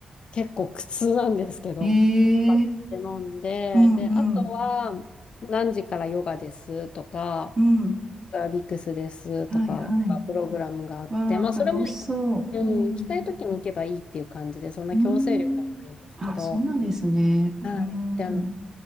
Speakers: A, on the left (about 45°); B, on the right (about 25°).
A: 結構苦痛なんですけど、
B: え
A: 頑張って飲んで、
B: ー、うんうん、
A: で、あとは、何時からヨガですとか、
B: うん。
A: ビックスですとか、
B: はいはい。
A: プログラムがあって、
B: わあ、
A: まあ、
B: 楽しそう。
A: それも、うん、
B: うん。
A: 行きたい時に行けばいいっていう感じで、そんな強制力はないんですけど、
B: うーん。あ、そうなんですね。
A: はい。
B: うん。
A: で、あの、